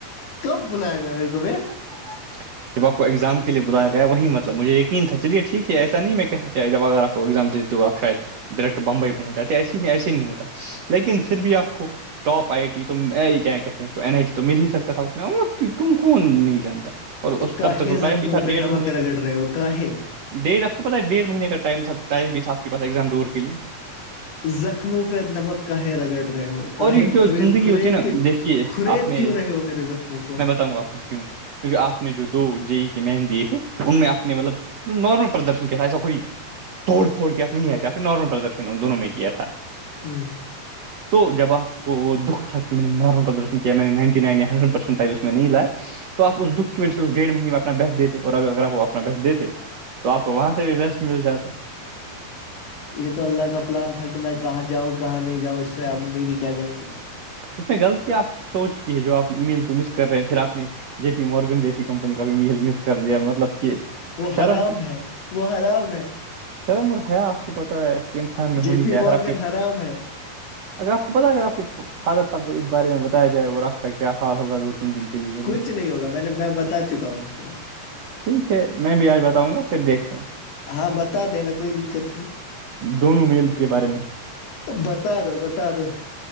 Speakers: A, on the left; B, on the right.
A: کب بلایا گا میرے کو میں
B: <inaudible> جب آپ کو ایگزام کے لیے بلایا وہی مطلبجھے یقین تھا چلیےٹھیک ہے ایسا نہیں میں کہ تھا کیا کہ جب اگر آپ کو ایگزام دے د آپ شاید ڈائریکٹ بمبئی پہنچ جاتے ایسے ہی نہیں ایسے نہیں ہوتا لیکن پھر بھی آپ کو ٹاپ آئی ٹی تو کیا کہتے ہیں اس کو این آئی ٹی تو مل ہی سکتا تھا اس میںب کیوں کون نہیں جانتا اور اس
A: کاہے
B: تب تک وہ
A: زخموں
B: ٹائم بھی تھا
A: پہ
B: ڈیڑھ
A: نمک
B: مہینے
A: رگڑ
B: کا
A: رہے ہو کاہے
B: ڈیٹ آپ کو پتہ ہے ڈیڑھ مہینے کا ٹائم تھا ٹائم بھی تھا آپ کے پاس ایگزام ڈور کے لیے
A: زخموں پ نمک کااہے رگڑ رہے ہو کااہے
B: اور یہ جو
A: خرید
B: زندگی
A: خرید
B: ہوتی ہے نا
A: کے
B: دیکھیے
A: خرید
B: آپ نے
A: کیوں رہے ہو میرے زخموں کو
B: میں بتاؤں گ آپ کو کیوں کیکہ آپ نے جو دو جے ای کے مین دیے تھے ان میں آپ نے مطلب نارمل پردرشن کیا تھا ایسا کوئی توڑ پھوڑ کیا تھا نہیں آیا آپ نے نارمل پردرشن ان دونوں میں کیا تھا
A: ہوں
B: <inaudible> تو جب آپ کو وہ دکھ تھا کہ میں نے نارول پردرشن کیا میں نے نائنٹی نائنیا ہنریڈ پرسینٹ ٹائل اس میں نہیں لائے تو آپ اس دکھ کی وجہ سے اس ڈیڑھ مہینے میں اپنا بیس دیتے اور ا اگر آپ وہ اپنا بیس دیتے تو آپ کو وہاں سے بھی بیسٹ مل جاتا <inaudible>
A: یہ تو اللہ کا پلان تھا کہ میں کہاں جاؤں کہاں نہیں جاؤں اس سے اب میری کیا غلطی
B: اس میں غلطی آپ کی سوچ کی ہے جو آ ای میل کو مس کر رہے ہیں پھر آپ نے جے پی مارگن جیسی کمپنی کا بھی میل مس کر دیا مطلب کہ
A: وہ
B: شرم
A: حرام ہے وہ حرام ہے
B: شرم اور حیا آپ کو پتہ ہے آ انسان میں ہونی
A: جے پی
B: چاہیےر
A: مورگن
B: آپ کی
A: حرام ہے
B: اگر آپ کو پتاہ اگر آپ کے فادر صاحب کو اس بارے میں بتایا جائے اور آپ کا کیا حال ہوگا دن کے لیےئے
A: کچھ نہیں ہوگا میں نے میں بتا چکا ہوں ان کو
B: ٹھیک ہے میں بھی آج بتاؤں گا پھر دیکھتے ہیں
A: ہاں بتا دینا کوئی دقت نہیں
B: دونوں میلز کے بارے میں
A: بتا دو بتا دو